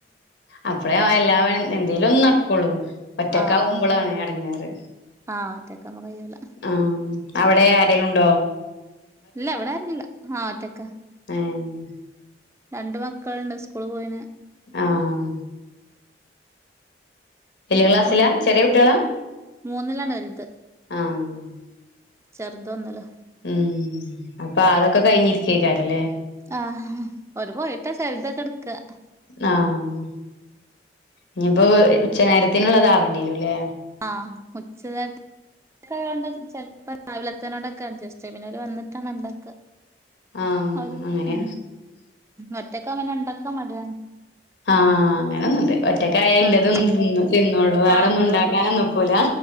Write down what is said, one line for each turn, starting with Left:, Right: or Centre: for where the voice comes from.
Left: അപ്പഴേ എല്ലാപനും എന്തേലൊന്ന് നടക്കുള്ളൂ ഒറ്റക്കാവുമ്പോളാണ്
Right: ആഹ്
Left: എടങ്ങേറ്
Right: ആഹ് ഒറ്റക്കാവുമ്പോ കയ്യൂല
Left: ആഹ് അവിടെ ആരെലുണ്ടോ
Right: ല്ല വടാരുല്ല ആഹ് ഒറ്റക്കാ
Left: ഏഹ്
Right: രണ്ട് മക്കൾണ്ട് സ്കൂള് പോയിന്
Left: ആഹ് വെല്യ ക്ലാസ്സിലാ
Right: പോയവടെ
Left: ചെറിയകുട്ടികളാ
Right: മൂന്നിലാണ് ഒരുത്തൻ
Left: ആഹ്
Right: ചെർതൊന്ന് ലാ
Left: ഉം അപ്പാതൊക്കെ കഴിഞ്ഞിരിക്കേക്കാരല്ലേ
Right: ആഹ് ഒരു പോയിട്ടാ ചെൽതൊക്കെട്ക്കാ
Left: ആഹ് ഞ്ഞിപ്പോ ഉച്ച നേരത്തിനുള്ളത് ആവണ്ടിവരുംല്ലേ
Right: ആഹ് ഉച്ചനേര് ക്കായോണ്ട് ചെൽപ്പം രാവിലത്തെനേടൊക്കെ അഡ്ജസ്റ്റ് ചെയ്യ് പിന്നോല് വന്നിട്ടാണ് ണ്ടാക്കുക
Left: ആ
Right: അവര്
Left: അങ്ങനെ
Right: ഉം ഒറ്റക്കങ്ങനെ ണ്ടാക്കാ മടിയാണ്
Left: ആഹ് അങ്ങനൊന്നുണ്ട്. ഒറ്റക്കായ ഇല്ലതൊന്നും
Right: ആഹ്
Left: തിന്ന് തിന്നേള്ളു വേറൊന്നും
Right: ആഹ് ഇള്ളത്
Left: ണ്ടാക്കാനോ നിക്കൂല